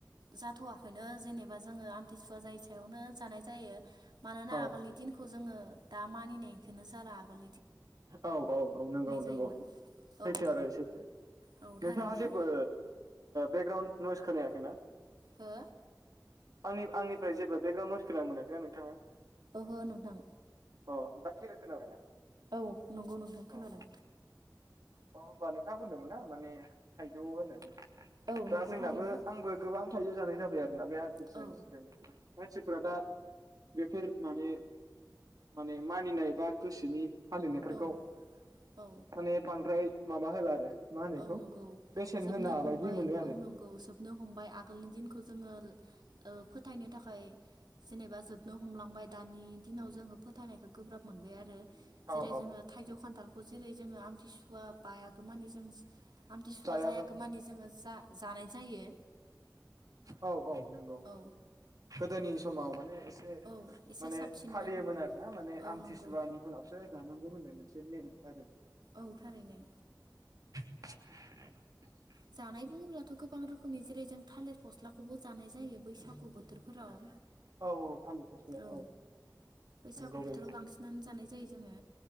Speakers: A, on the right; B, on the right.
A: जाथ'वाखैनो जेनेबा जोङो आमथिसुवा जायै सायावनो जानाय जायो मानोना
B: औ
A: आगोलनि दिनखौ जोङो दा मानिनायखौनो जाला आगोल
B: औ औ औ नंगौ नंगौ
A: जायोमोन औ
B: सैथो आरो सैथो
A: औ थारैनो
B: नोंथाङा जेबो बेकग्राउणड नयस खोनायाखैना
A: हो
B: आंनि आंनिफ्राय जे बेकग्राउन्ड नयस खोनानो मोनाखैना नोंथाङा।
A: ओहो नोंथां
B: अ दा क्लियार खोनाबायना।
A: औ नंगौ नोंथां खोनादों।
B: औ अ होमबा नोंथाङा बुंदोंमोन ना माने थाइजौ होननानै
A: औ
B: दा
A: नंगौ
B: जोंनाबो
A: थारैनो।
B: आंबो गोबां थाइजौ जानाय जाबाय आरो बे आमथिंसुयानि
A: औ
B: सिगां नों मानसिफोरा दा बेफोर माने माने मानिनाय बा गोसोनि फालिनायफोरखौ
A: औ औ
B: माने बांद्राय माबा होला आरो। मा होनो बेखौ
A: औ नंगौ
B: बेसेन
A: जोबनो
B: होना
A: हमबाय
B: बायदि मोनो आरो
A: औ नंगौ जोबनो हमबाय आगोलनि दिनखौ जोङो ओ फोथायनो थाखाय ओमफ्राय जेनेबा जोबनो हमलांबाय दानि दिनाव जोङो फोथायनायखौ गोब्राब मोनबाय आरो जेरै
B: औ औ
A: जोङो थाइजौ खान्थालखौ जेरै जोङो आमथिसुवा बायागौ मानि जों आमथिसुवा
B: जायामोन
A: जायागौ मानि जोङो जा जानाय जायो
B: औ औ नोंगौ
A: औ
B: गोदोनि समाव माने एसे
A: औ एसे
B: माने
A: साबसिनमोन
B: फालियोमोन आरोना माने
A: औ
B: आमथिसुवानि
A: नंगौ
B: उनावसो जा नंगौ होननाय मोनसे नेम आरो
A: औ थारैनो।
B: <inaudible>
A: जानाय बुङोब्लाथ' गोबां रोखोमनि जेरै जों थालिर फस्ला खौबो जानाय जायो बैसागु बोथोरफोराव
B: औ औ थालिर फस्लाया
A: औ बैसागु
B: नंगौ
A: बोथोराव
B: बेबो
A: बांसिनानो जानाय जायो जोङो।